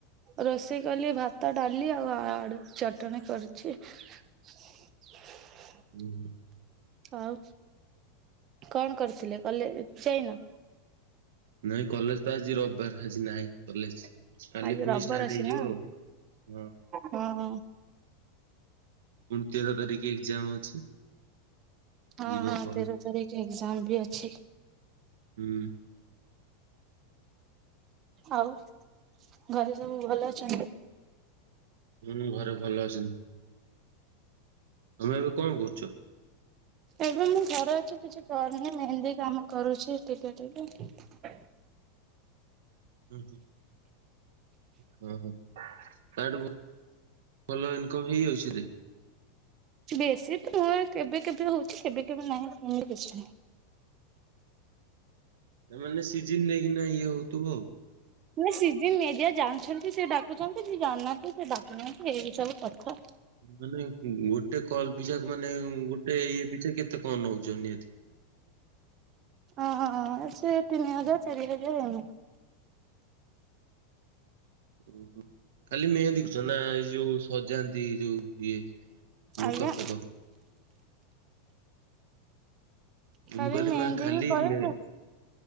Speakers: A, on the right (about 40°); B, on the right (about 70°).
A: ରୋଷେଇ କଲି ଭାତ ଡ଼ାଲି ଆଉ ଆଡ଼ୁ ଚଟଣି କରିଛି। <inaudible>
B: ଉଁ ହୁଁ।
A: ଆଉ କଣ କରିଥିଲେ କଲେଜ୍ ଯାଇନ?
B: ନାଇଁ କଲେଜତ ଆଜି ରବିବାର ଆଜି ନାଇଁ। କଲେଜ୍ କାଲି
A: ଆଜି
B: ଫୁଣି
A: ରବିବାର
B: ଷ୍ଟାର୍ଟ
A: ଅଛି
B: ହେଇଯିବ
A: ନା ହଁ
B: ଆଉ ହଁ।
A: ହଁ।
B: ପୁଣି ଣ ତେର ତାରିଖ ଏଗ୍ଜାମ୍ ଅଛି।
A: ହଁ
B: ଯିବ
A: ହଁ
B: କଲ
A: ତେର ତାରିଖ ଏକ୍ଜାମବି ଅଛି।
B: ହୁଁ।
A: ଆଉ ଘରେ ସବୁ ଭଲ ଅଛନ୍ତି?
B: ହୁଁ ଘରେ ଭଲ ଅଛନ୍ତି। ତମେ ଏବେ କଣ କରୁଚ?
A: ଏବେ ମୁଁ ଘରେ ଅଛି କିଛି କରୁନି ମେହେନ୍ଦୀ କାମ କରୁଛି ଟିକେ ଟିକେ
B: ଉଁ ହଁ ଓହୋ ତାଠୁ ଭ ଭଲ ଇନକମ୍ ହେଇଯାଉଛି ସେଇଦେ
A: ବେଶୀ ଫୁଲ୍ କେବେ କେବେ ହଉଚି କେବେ କେବେ ନାହିଁ ସେମିତି କିଛି ନାହିଁ।
B: ହୁଁ ମାନେ ସିଜିନ୍ ନେଇକିନା ଇଏ ହଉଥିବ ଆଉ।
A: ନା ସିଜିନ୍ ନିଏ ଯିଏ ଜାଣିଛନ୍ତି ସେ ଡାକୁଛନ୍ତି ସିଏ ଜାଣିନାହାନ୍ତି ସେ ଡାକୁନାହାନ୍ତି ଏଇବି ସବୁ କଥା।
B: ମାନେ ଗୋଟେ କଲ୍ ପିଛା ମାନେ ଗୋଟେ ଇଏ ପିଛା କେତେ କଣ ନୋଉଚ ନିହାତି?
A: ହଁ ସେ ତିନି ହଜାରେ ଚାରି ହଜାରେ ଏମିତି।
B: ଓହୋ ଖାଲି ମେହେନ୍ଦି କରୁଚ ନା ଏଇ ଯୋଉ ସଜା ତି ଯଉ ଇଏ ମେକଅପ୍
A: ଆଜ୍ଞା।
B: ଫେକଅପ୍?
A: ଖାଲି
B: ମୁଁ କହିଲି
A: ମେହେନ୍ଦୀ
B: ମା ଖାଲି
A: ବି କରେ
B: ମେ
A: ତ